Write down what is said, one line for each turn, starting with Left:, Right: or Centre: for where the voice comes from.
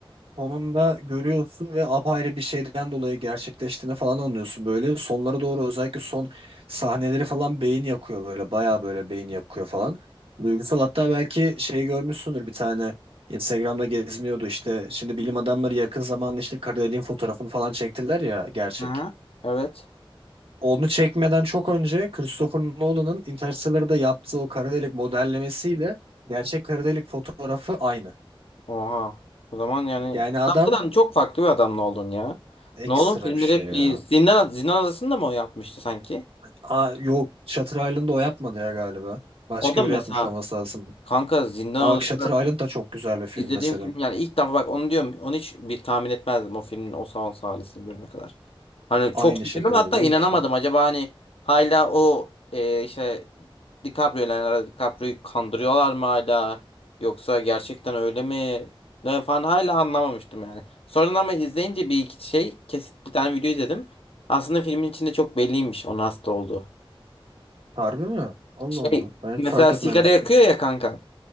Right: Sonunda görüyorsun ve apayrı bir şeyden dolayı gerçekleştiğini falan anlıyorsun böyle. Sonlara doğru özellikle son sahneleri falan beyin yakıyor böyle. Bayağı böyle beyin yakıyor falan. Duygusal hatta belki şey görmüşsündür bir tane Instagram'da geziniyordu işte. Şimdi bilim adamları yakın zamanda işte kara deliğin fotoğrafını falan çektiler ya gerçek.
Left: hı Evet.
Right: Onu çekmeden çok önce Christopher Nolan'ın Interstellar'da yaptığı o kara delik modellemesiyle gerçek kara delik fotoğrafı aynı.
Left: Oha. O zaman yani
Right: Yani adam
Left: Adamdan çok farklı bir adamla oldun ya.
Right: ekstra
Left: Nolan filmleri
Right: bir şey
Left: hep
Right: ya.
Left: iyi. Zindan, Zindan Adası'nda mı o yapmıştı sanki?
Right: Aa, yok Shutter Island'ı o yapmadı ya galiba. Başka
Left: O da mesela
Right: biri yapmış olması lazım.
Left: kanka Zindan
Right: Aa bak
Left: Adası'nda
Right: Shutter Island da çok güzel bir film
Left: izlediğim
Right: mesela.
Left: film yani ilk defa bak onu diyorum. Onu hiç bir tahmin etmezdim o filmin o salon sahnesini görene kadar. Hani
Right: Aynı
Left: çok şaşırdım
Right: şekilde
Left: hatta
Right: biliyor
Left: inanamadım.
Right: musun?
Left: Acaba hani hala o e, işte DiCaprio, Leonardo DiCaprio'yu kandırıyorlar mı hala? Yoksa gerçekten öyle mi? Ne falan hala anlamamıştım yani. Sonradan ama izleyince bir iki şey kesit bir tane video izledim. Aslında filmin içinde çok belliymiş onun hasta olduğu.
Right: Harbi mi? Allah
Left: Şey
Right: Allah. Ben
Left: mesela
Right: hiç fark etmemiştim.
Left: sigara yakıyor ya kanka.